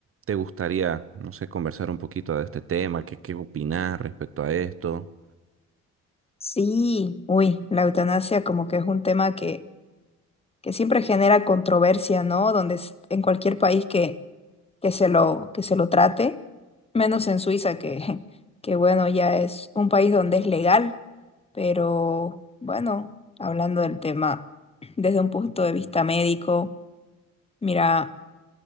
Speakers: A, on the right (about 45°); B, on the left (about 20°).
A: te gustaría, no sé, conversar un poquito de este tema, qué, qué opinás respecto a esto.
B: Sí, uy, la eutanasia como que es un tema que, que siempre genera controversia, ¿no? Donde es- en cualquier país que, que se lo, que se lo trate, menos en Suiza, que, <laughs> que bueno, ya es un país donde es legal, pero bueno, hablando del tema desde un punto de vista médico, mira.